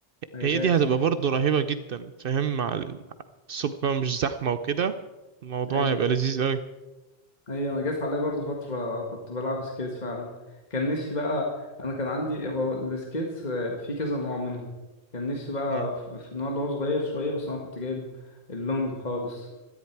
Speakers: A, on the left; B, on the right.
A: هي
B: هي
A: لها
B: دي
A: اسم
B: هتبقى
A: تاني
B: برضو رهيبة جدا فاهم مع ال- الصبح بقى مش زحمة وكده الموضوع
A: ايوه
B: هيبقى لذيذ
A: ايوه جت عليا برضو فتره كنت بلعب سكيت فعلا كان نفسي بقى انا كان عندي هو السكيت آه، في كذا نوع منهم كان نفسي بقى
B: قوي
A: في في النوع اللي هو صغير شويه بس انا كنت جايب اللونج خالص